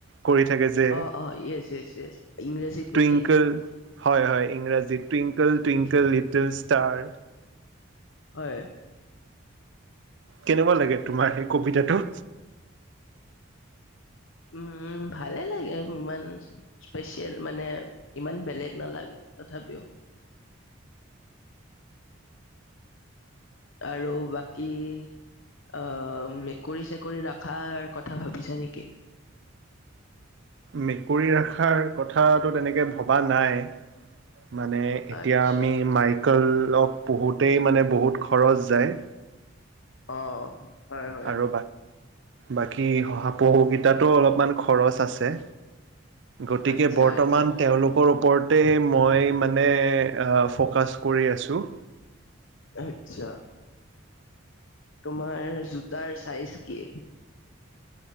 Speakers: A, on the right; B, on the left.
A: কৰি থাকে যে
B: অ অ য়েছ য়েছ য়েছ ইংৰাজীত নেকি
A: টুইংকল। হয় হয় ইংৰাজীত টুইংকল টুইংকল লিটিল ষ্টাৰ
B: হয়।
A: কেনেকুৱা লাগে তোমাৰ সেই কবিতাটো?
B: উম ভালে লাগে ইমান স্পেচিয়েল মানে ইমান বেলেগ নালাগে তথাপিও আৰু বাকী অ মেকুৰী চেকুৰী ৰখাৰ কথা ভাবিছা নেকি?
A: মেকুৰী ৰখাৰ ক থাটো তেনেকৈ ভবা নাই মানে এতিয়া
B: আচ্ছা
A: আমি মাইকেলক পুহোঁতেই মানে বহুত খৰচ যায়।
B: অ। হয় হয়
A: আৰু বাকী শহাপহু কেইটাতো অলপমান খৰছ আছে। গতিকে
B: আচ্ছা
A: বৰ্তমান
B: আচ্ছা
A: তেওঁলোকৰ ওপৰতেই মই মানে এ ফ'কাছ কৰি আছো।
B: আচ্ছা তোমাৰ জোতাৰ চাইজ কি?